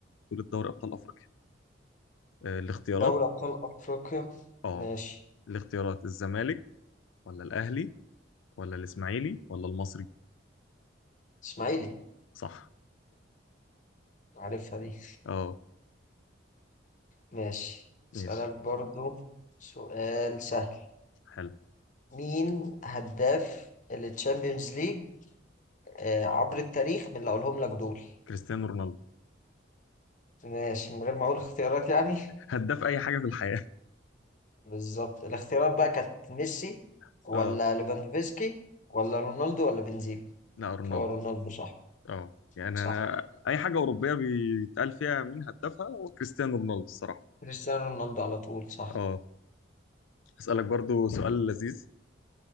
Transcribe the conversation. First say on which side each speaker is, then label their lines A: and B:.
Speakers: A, on the left (about 80°); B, on the left (about 40°).
A: بطوله دوري ابطال افريقيا آه. الاختيارات
B: دوري ابطال افريقيا
A: اه
B: ماشي
A: الاختيارات الزمالك ولا الاهلي ولا الاسماعيلي ولا المصري
B: اسماعيلي
A: صح
B: عارفها دي
A: اه
B: ماشي
A: ماشي
B: اسألك برضو سؤال سهل
A: حلو
B: مين هداف التشامبيونز ليج آه، عبر التاريخ من اللي اقولهم لك دول
A: كريستيانو رونالدو
B: ماشي من غير ما اقول اختيارات يعني
A: هداف اي حاجه في الحياه
B: بالظبط الاختيارات بقى كانت ميسي
A: <laughs>
B: ولا
A: اه
B: ليفاندوفسكي ولا رونالدو ولا بنزيما
A: لا رونالدو
B: هو رونالدو صح
A: اه يعني
B: صح
A: انا اي حاجه اوروبيه بيتقال فيها مين هدافها هو كريستيانو رونالدو الصراحه
B: كريستيانو رونالدو على طول صح
A: اه اسالك برضو سؤال لذيذ